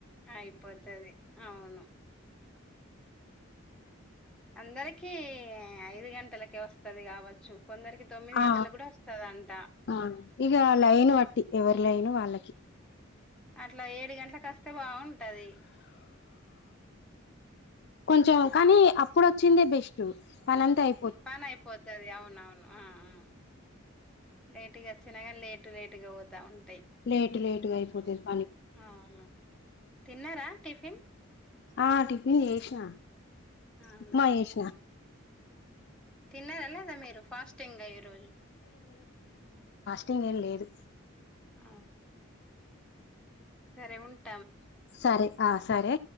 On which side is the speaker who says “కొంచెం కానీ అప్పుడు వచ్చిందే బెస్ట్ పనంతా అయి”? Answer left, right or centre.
Left